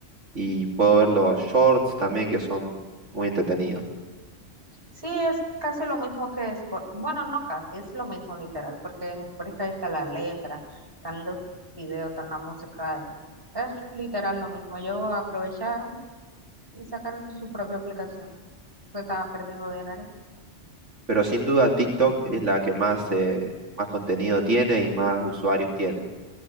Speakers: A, on the right (about 70°); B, on the right (about 20°).
A: y puedo ver los shorts también que son muy entretenidos.
B: Sí, es casi lo mismo que Spotify, bueno, no casi, es lo mismo literal, porque en Spotify está la letra, están los videos, están la música, es literal lo mismo. Ellos aprovecharon y sacaron su propia aplicación, porque estaban perdiendo dinero.
A: Pero sin duda TikTok es la que más, eh, más contenido tiene y más usuarios tiene.